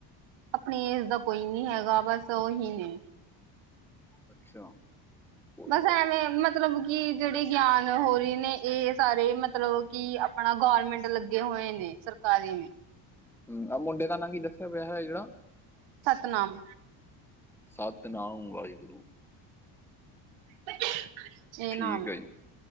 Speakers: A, on the right (about 65°); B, in the centre.
A: ਅਪਣੀ ਏਜ ਦਾ ਕੋਈ ਨੀ ਹੈਗਾ ਬਸ ਓਹੀ ਨੇ।
B: ਅੱਛਾ ਕੋਈ
A: ਬਸ
B: ਗੱਲ
A: ਐਵੇਂ ਮ ਮਤਲਬ ਕਿ ਜੇੜੇ ਗਿਆਨ ਹੋਰੀ ਨੇ ਏਹ ਸਾਰੇ ਮਤਲਬ ਕਿ ਅਪਣਾ ਗੋਰਮੈਂਟ ਲੱਗੇ ਹੋਏ ਨੇ। ਸਰਕਾਰੀ
B: ਹੂੰ ਐ ਮੁੰਡੇ ਦਾ ਨਾਂ ਕੀ ਦੱਸਿਆ ਵਿਆ ਹੋਆ ਜੇੜਾ
A: ਸਤਨਾਮ
B: ਸਤਿਨਾਮ ਵਾਹਿਗੁਰੂ।
A: <inaudible>
B: ਠੀਕ
A: ਹੈ
B: ਐ ਜੀ